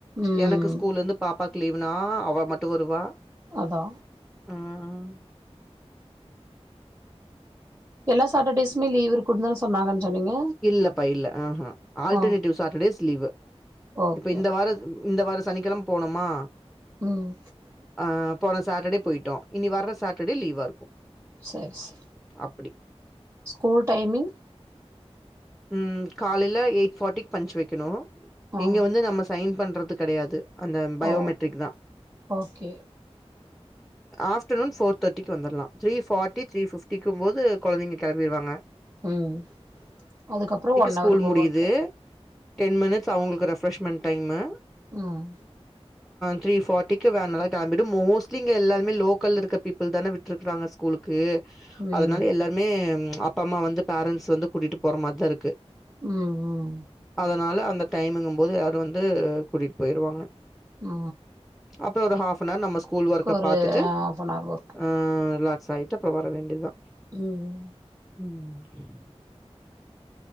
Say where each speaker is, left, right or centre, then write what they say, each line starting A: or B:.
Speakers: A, on the right; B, in the centre.
A: ம்
B: எனக்கு ஸ்கூல்ல இருந்து பாப்பாக்கு லீவ் அப்புன்னா அவமட்டு வருவா
A: அதா
B: ம்
A: எல்லா சட்டர்டேஸ்மே லீவு இருக்குன்னு சொன்னாங்கன்ன சொன்னீங்க
B: இல்லப்பா இல்ல ஆஹா ஆல்டர்னேட்டிவ்
A: ஆ
B: சாட்டர்டேஸ் லீவ்
A: ஓகே
B: இப்ப இந்த
A: ஓகே
B: வாரோ இந்த வாரோ சனிக்கெழமை போனமா
A: ம்
B: அ போன சாட்டர்டே போயிட்டோ இனி வர்ற சாட்டர்டே லீவா இருக்கு
A: சரி சரி
B: அப்டி
A: ஸ்கூல் டைமிங்
B: உம் காலையில எயிட் ஃபாட்டிக்கு பஞ்ச் வைக்கணு
A: ஆ
B: இங்க வந்து நம்ம சைன் பண்றது கெடையாது அந்த பயோமெட்ரிக்
A: ஓ
B: தா
A: ஓகே
B: ஆஃப்டர் நூன் ஃபோர் தேர்டிக்கு வந்துரலா தரீ ஃபார்டி த்ரீ ஃபிப்டிக்கும் போது கொழந்தைங்க கிளம்பிடுவாங்க
A: உம் அதுக்கப்புறோ ஒன்
B: ஸ்கூல்
A: ஹவர் உ
B: முடியுது
A: ஒர்க்
B: டென் மினிட்ஸ் அவங்களுக்கு ரெஃப்ரஷ்மென் டைமுஅ
A: ம்
B: த்ரீ ஃபார்டி க்க வேன்ல கிளம்பிட்டு மோஸ்ட்லி இங்க எல்லாருமே லோக்கல் இருக்க பீப்பிள் தான விட்ருக்காங்க ஸ்கூலுக் க்கு
A: ம்
B: அதனால எல்லாமே அப்ப அம்மா வந்து பேரண்ட்ஸ் வந்து கூட்டிட்டு போற மாதிரிதா இருக்கு
A: உம் உம்
B: அதனால அந்த டைமிங்கும் போது யாரும் வந்து கூட்டிகிட்டு போயிடுவாங்க
A: ஆ
B: அப்றோ ஒரு ஆஃநவர் நம்ம ஸ்கூல் ஒர்க
A: ஒரு
B: பாத்தட்டு
A: ஹாஃபன் ஹவர் ஒர்க்கு
B: ஆ ரிலாக்ஸ் ஆய கிட்டத்த வர வேண்டியது
A: உம்
B: உம்